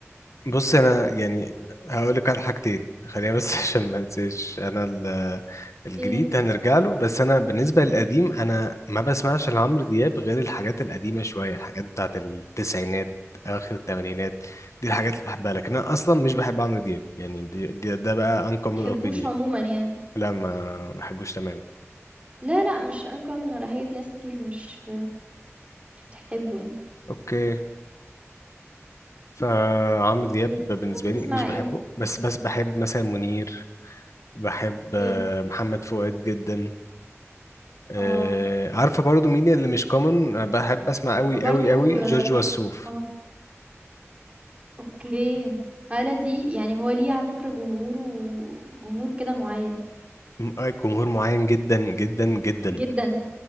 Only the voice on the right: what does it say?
ايه
تحبّوش
عمومًا يعني.
لا، لأ، مش uncommon ولا حاجة، في ناس كتير مش مش بتحبّه يعني.
أوكي.
طب وبتسمع
إيه؟
أوكي.
آه.
أنا برضه
آه.
آه. أوكي. آلة دي يعني هو ليه على فكرة جمهوره جمهور كده معيّن
جدًا،